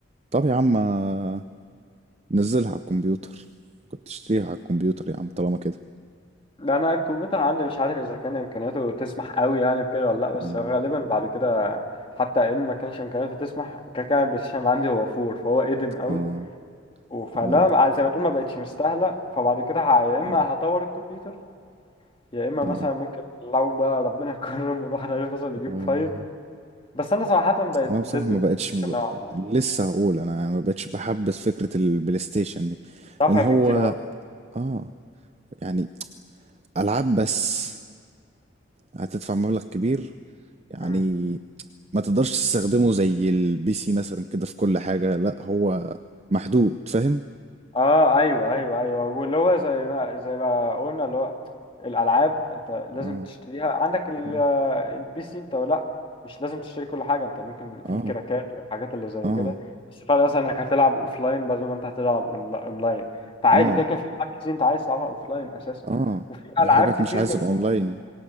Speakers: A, on the right; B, on the left.
A: طب يا عم آه، نزلها على الكمبيوتر كنت تشتريها على الكمبيوتر يا عم طالما كده
B: لا انا الكمبيوتر عندي مش عارف اذا كان امكانياته تسمح قوي يعني في كده ولا لا بس
A: مم.
B: غالبا بعد كده حتى ان ما كانش امكانياته تسمح كده كده البلاي ستيشن اللي عندي هو فور فهو قديم قوي
A: اه
B: و- فلا
A: اه
B: زي ما تقول ما بقتش مستاهله فبعد كده ه- يا اما
A: مم.
B: هطور الكمبيوتر يا اما
A: اه
B: مثلا ممكن لو بقى ربنا كرم والواحد عارف مثلا يجيب
A: آه.
B: 5 بس انا صراحه بقيت
A: انا بصراحة
B: ضد
A: ما
B: البلاي
A: بقتش
B: ستيشن
A: ببقى...
B: نوعا ما
A: لسه هقول انا يعني ما بقتش بحبس فكرة البلاي ستيشن دي
B: دافع
A: ان هو
B: فيه كتير قوي
A: اه يعني العاب بس هتدفع مبلغ كبير يعني
B: امم
A: ما تقدرش تستخدمه زي البي سي مثلا كده في كل حاجة لا هو محدود فاهم
B: اه ايوه ايوه ايوه واللي هو زي ما زي ما قلنا اللي هو الالعاب انت لازم
A: اه
B: تشتريها عندك ال-
A: اه
B: آه، البي سي انت لا مش لازم تشتري كل حاجه انت ممكن في
A: اه
B: الكراكات والحاجات اللي زي
A: اه
B: كده بس الفرق مثلا انك هتلعب اوفلاين بدل ما انت هتلعب أونلا- اونلاين فعادي
A: اه
B: كده كده في العاب كتير انت عايز تلعبها اوفلاين اساسا
A: اه
B: وفي
A: في
B: العاب
A: حاجات
B: كتير
A: مش عايز
B: ما
A: الاونلاين
B: بت-